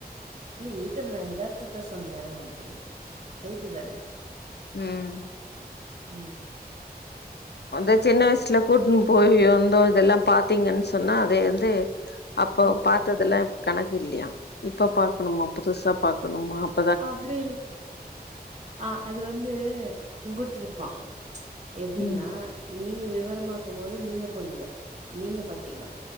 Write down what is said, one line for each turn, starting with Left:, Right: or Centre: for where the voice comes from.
Right: இல்ல இருக்குற யதார்த்தத்த சொன்னே அப்டின்னு கரெட்டு தானே
Left: ம்
Right: ம்
Left: அந்த சின்ன வயசுல கூட்டுன்னு போய் வந்தோ இதெல்லா பாத்தீங்கன் சொன்னா அது வந்து அப்போ
Right: ம்
Left: பாத்ததெல்லா கணக்கு இல்லியா இப்போ பாக்கணுமா புதுசா பாக்கணுமாப்
Right: அப்டில் ஆ அது வந்து உங்கிட்டிருப்பா எப்டின்னா
Left: ம்
Right: நீங்க விவரமாக்கும் போது நீங்க போனீங்கோ நீங்க பாத்தீங்கோ